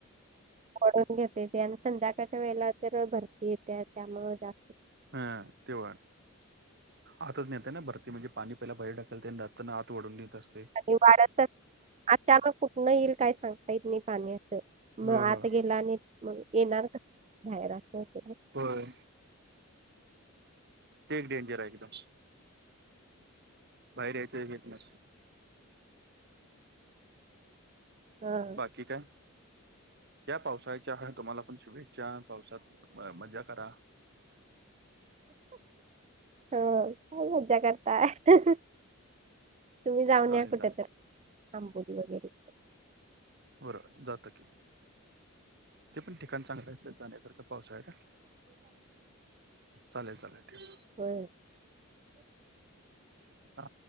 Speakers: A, on the right (about 30°); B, on the right (about 50°).
A: ओढून घेतय ते. आणि संध्याकाळच्या वेळेला तर भरती येतीया त्यामुळे जा
B: हा तेव्हा. आतुनेतयना भरती म्हणजे पाणी पेयला पर्यटक <unintelligible> आत वढून नेत असत
A: आणि वाढतच आचानक कुठनं येईल काय सांगता येत नाही पाण्याचं.
B: हो
A: म
B: हो
A: आत गेला आणि म येणार का? बाहेर असं होत ना.
B: होय. ते एक डेंजर आहे एकदम. बाहेर यायच घेत न
A: ह.
B: ठीके. या पावसाळ्याच्या ह तुम्हाला पण शुभेच्छा. पावसात म मजा करा.
A: हो काय मज्जा करताय. तुम्ही जाऊन
B: चालेल
A: या कुठं
B: चालेल
A: त. आंबोली वगैरे
B: बरं जातो की, ते पण ठिकाण चांगलं अस जाण्यासारखं. पाऊस हाये का? चालेल चालेल ठेव.
A: होय.
B: हा